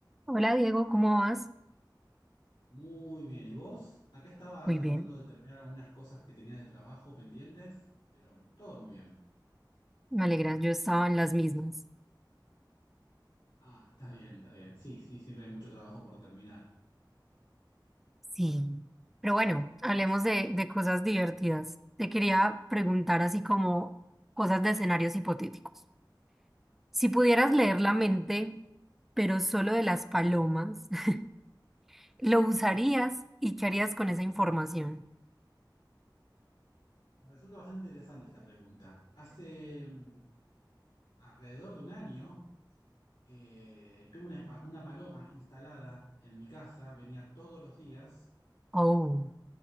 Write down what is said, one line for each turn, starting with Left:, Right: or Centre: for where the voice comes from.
Centre: Hola Diego, ¿cómo vas?
Left: Muy bien, ¿y vos? Acá estaba
Centre: Muy
Left: tratando
Centre: bien,
Left: de terminar algunas cosas que tenía de trabajo pendientes, pero todo muy bien.
Centre: me alegra, yo estaba en las mismas.
Left: Ah, está bien, está bien. Sí, sí, siempre hay mucho trabajo por terminar.
Centre: Sí, pero bueno, hablemos de, de cosas divertidas. Te quería preguntar así como cosas de escenarios hipotéticos. Si pudieras
Left: Ah, bueno,
Centre: leer la mente, pero solo de las palomas, <laughs> ¿lo usarías y qué harías con esa información?
Left: me resulta bastante interesante esta pregunta. Hace mm, alrededor de un año eh, tuve una, pa- una paloma instalada en mi casa, venía todos los días
Centre: Oh,